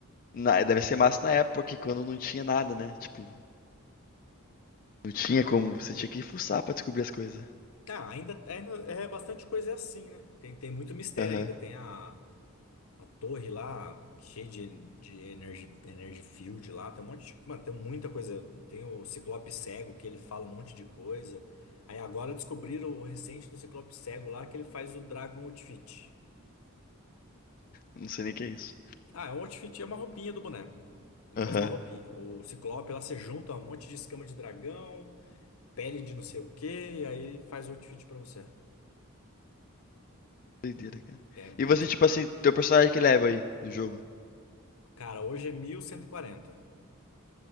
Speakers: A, on the left (about 40°); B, on the left (about 75°).
A: na- deve ser massa na época, que quando não tinha nada, né? Tipo, não tinha como. Você tinha que fuçar pra descobrir as coisas.
B: tá, ainda, ainda é bastante coisa é assim, né? Tem, tem muito mistério
A: Aham.
B: ainda. Tem a, a torre lá, cheia de, de energy, energy field lá, tem um monte de, mano, tem muita coisa. Tem o Ciclope Cego, que ele fala um monte de coisa. Aí agora descobriram o recente do Ciclope Cego lá, que ele faz o Dragon Outfit.
A: Não sei nem o que é isso.
B: Ah, é um outfit, é uma roupinha do boneco. Ele
A: Aham.
B: faz uma roupinha. O Ciclope lá você junta um monte de escama de dragão, pele de não sei o quê, e aí ele faz o outfit pra você.
A: Doideira, cara.
B: É muito
A: E você, tipo
B: louco.
A: assim, teu personagem que level aí no jogo?
B: Cara, hoje é 1140.